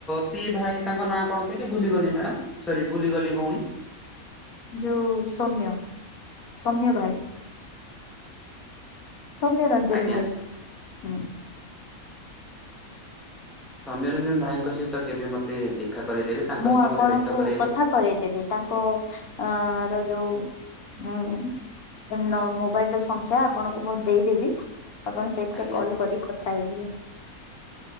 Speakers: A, in the centre; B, on the left.
A: ସିଏ ଭାଇ ତାଙ୍କ ନାଁ କଣ କହିଲେ ଭୁଲିଗଲି? ପ୍ତି ମ୍ୟାଡ଼ାମ ସରି ଭୁଲିଗଲି ଭୋଉଣୀ।
B: ଯୋଉ ସୌମ୍ୟ ସୌମ୍ୟ ଭାଇ। ସୌମ୍ୟ ରଞ୍ଜନ
A: ଆଜ୍ଞା।
B: ଭାଇ ହୁଁ।
A: ସମୌ୍ୟରଞ୍ଜନ ଭାଇଙ୍କ ସହିତ କେବେ ମତେ ଦେଖା କରେଇଦେବେ ତାଙ୍କ
B: ମୁଁ
A: ସହିତ
B: ଆପଣଙ୍କୁ
A: ମତେ ଭେଟ କରେଇଲେ
B: କଥା କରେଇଦେବି ତାଙ୍କ ଅ ର ଯୋଉ ହୁଁ ନ ମୋବାଇଲ ର ସଂଖ୍ୟା ଆପଣଙ୍କୁ ମୁଁ ଦେଇଦେବି। ଆପଣ ସେଇଥିରେ
A: ଆଜ୍ଞା।
B: କଲ କରିିକ କଥା ହେଇଯିବେ।